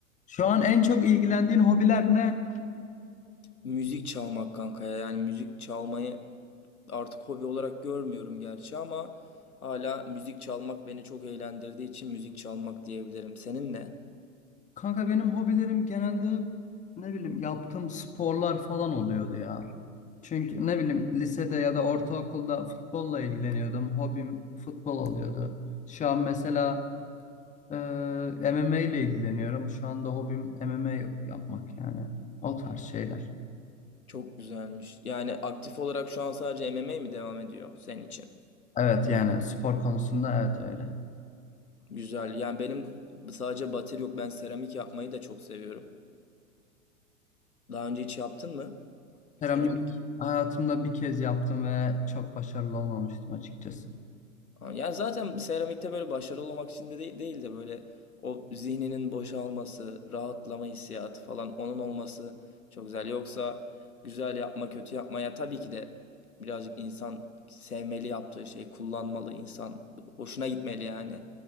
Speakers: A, on the left; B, on the left.
A: Şu an en çok ilgilendiğin hobiler ne?
B: Müzik çalmak kanka ya. Yani müzik çalmayı artık hobi olarak görmüyorum gerçi ama hala müzik çalmak beni çok eğlendirdiği için müzik çalmak diyebilirim. Senin ne?
A: Kanka benim hobilerim genelde hep ne bileyim yaptığım sporlar falan oluyordu ya. Çünkü ne bileyim lisede ya da ortaokulda futbolla ilgileniyordum. Hobim futbol oluyordu. Şu an mesela e, MMA ile ilgileniyorum. Şu anda hobim MMA yapmak yani o tarz şeyler.
B: Çok güzelmiş. Yani aktif olarak şu an sadece M M MMA mi devam ediyor senin için?
A: Evet yani spor konusunda evet öyle.
B: Güzel. Yani benim sadece bateri yok. Ben seramik yapmayı da çok seviyorum. Daha önce hiç yaptın mı?
A: Seramik
B: Seramik.
A: hayatımda bir kez yaptım ve çok başarılı olmamıştım açıkçası.
B: Ha, Ya zaten seramikte böyle başarılı olmak için de değil, değil de böyle o zihninin boşalması, rahatlama hissiyatı falan onun olması çok güzel. Yoksa güzel yapma, kötü yapma ya tabii ki de birazcık insan sevmeli yaptığı şeyi, kullanmalı insan, hoşuna gitmeli yani.